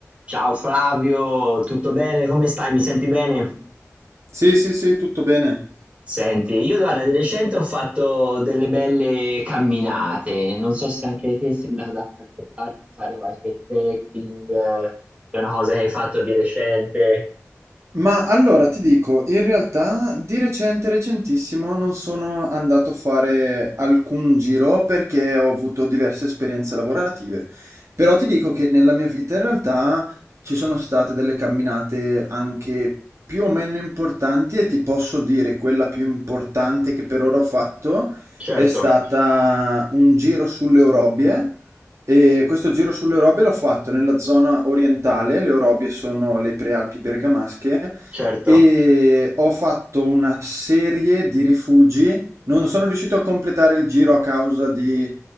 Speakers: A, on the right (about 25°); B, on the right (about 65°).
A: Ciao Flavio, tutto bene? Come stai? Mi senti bene?
B: Sì, sì, sì, tutto bene.
A: Senti, io guarda, di recente ho fatto delle belle camminate, non so se anche te sei andato da qualche parte a fare qualche trekking, eh, è una cosa che hai fatto di recente.
B: Ma allora ti dico, in realtà di recente, recentissimo, non sono andato a fare alcun giro perché ho avuto diverse esperienze lavorative. Però ti dico che nella mia vita in realtà ci sono state delle camminate anche più o meno importanti e ti posso dire quella più importante che per ora ho fatto
A: Certo,
B: è stata un giro sulle Orobie E questo giro sulle Orobie l'ho fatto nella zona orientale, le Orobie sono le prealpi bergamasche,
A: certo,
B: e ho fatto una serie di rifugi. Non sono riuscito a completare il giro a causa di,